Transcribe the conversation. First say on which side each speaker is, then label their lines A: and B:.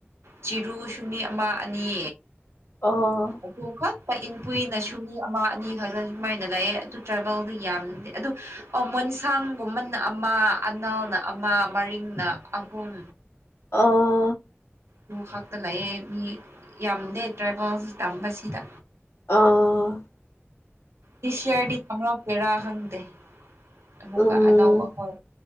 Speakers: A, on the right; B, on the left.
A: ꯆꯤꯔꯨꯁꯨ ꯃꯤ ꯑꯃ ꯑꯅꯤ
B: ꯑꯣ
A: ꯑꯗꯨ ꯈꯛ ꯄꯥꯏ ꯏꯟ ꯀꯨꯏꯅꯁꯨ ꯃꯤ ꯑꯃ ꯑꯅꯤ ꯈꯛ ꯈ ꯁꯨꯃꯥꯏꯅ ꯂꯥꯛꯑꯦ ꯑꯗꯨ ꯇ꯭ꯔꯥꯕꯦꯜꯗꯤ ꯌꯥꯝꯅꯤꯡꯗꯦ ꯑꯗꯨ ꯑꯣ ꯃꯣꯟꯁꯥꯡꯒꯨꯝꯕꯅ ꯑꯃ ꯑꯅꯥꯜꯅ ꯑꯃ ꯃꯔꯤꯡꯅ ꯑꯍꯨꯝ
B: ꯑꯣ
A: ꯑꯗꯨ ꯈꯥꯛꯇ ꯂꯩꯌꯦ ꯃꯤ ꯌꯥꯝꯗꯦ ꯇ꯭ꯔꯥꯚꯦꯜ ꯇꯝꯕꯁꯤꯗ
B: ꯑꯥ
A: ꯅꯦꯛꯁꯏꯌꯥꯔꯗꯤ ꯇꯝꯔꯛꯀꯦꯔ ꯈꯪꯗꯦ ꯑꯃꯨꯛꯀ
B: ꯎꯝ
A: ꯑꯅꯧꯕ ꯈꯣꯏ